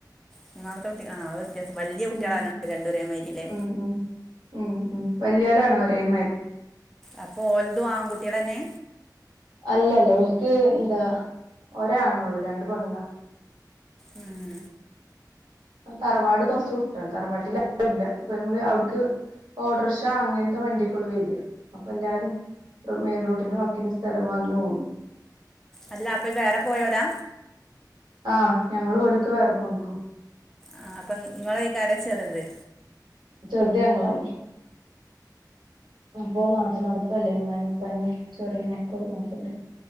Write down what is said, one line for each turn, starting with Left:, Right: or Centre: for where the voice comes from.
Centre: മൂന്നാമത്തെ കുട്ടി ആഹ് അയ് വ്യത്യാസം. വല്യ കുട്ട്യളായനോണ്ട
Right: ഉം
Centre: രണ്ടു ഒരേമാരി ലേ.
Right: ഉം ഉം ഉം, ഉം വല്യോലാണൊരേ മാരി
Centre: അപ്പൊ ഓൽതും ആൺകുട്ട്യളെന്നെ.
Right: അല്ലല്ല ഓൽക്ക് ന്താ ഒരാണൊള്ളൂ രണ്ട് പെണ്ണ
Centre: ഉം.
Right: തറവാട് കൊറച്ച് വിട്ടാണ്. തറവാട്ടിലാരുല്ല അപ്പ ങ്ങള് ഔട്ക്ക് ഓട്ടർഷ അങ്ങൻത്തെ വണ്ട്യൊക്കൊള്ളു വെര അപ്പൊല്ലാരും മെയിൻ റോട്ടിന്റെ വക്കിന് സ്ഥലം വാങ്ങി ട് പോന്ന്.
Centre: അല്ല അപ്പൊ ഈ വേറെ പോയോലാ.
Right: ആഹ്, ഞങ്ങളും ഓലൊക്കെ വേറെപ്പോന്ന്ക്ക്
Centre: ആ അപ്പൊ ഇങ്ങളെയ്കാരം ചെറ്ത്.
Right: ചെറ്ത് ഞങ്ങളാണ്. അപ്പൊ നാട്ട് നടപ്പല്ലേ മ്മാനിം പ്പാനിം ചെറിയ മക്കള് നോക്കണ്ടേ?